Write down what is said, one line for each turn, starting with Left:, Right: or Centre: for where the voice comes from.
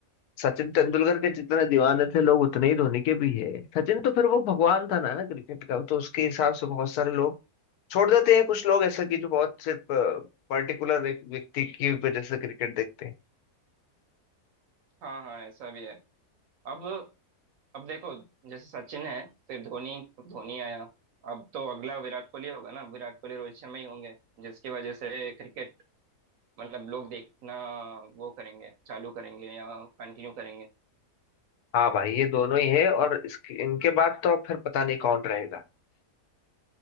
Left: सचिन तेंदुलकर के जितने दीवाने थे लोग उतने ही धोनी के भी है सचिन तो फिर वो भगवान था ना क्रिकेट का तो उसके हिसाब से बहुत सारे लोग छोड़ देते हैं कुछ लोग ऐसा कि जो बहुत सिर्फ पर्टिकुलर एक व्यक्ति की वजह से क्रिकेट देखते हैं
Right: हाँ हाँ ऐसा भी है अब अब देखो जैसे सचिन है फिर धोनी धोनी आया अब तो अगला विराट कोहली होगा ना विराट कोहली रोहित शर्मा ही होंगे जिसकी वजह से क्रिकेट मतलब लोग देखना वो करेंगे चालू करेंगे या कंटिन्यू करेंगे
Left: हाँ भाई ये दोनों ही है और इसके इनके बाद तो अब फिर पता नहीं कौन रहेगा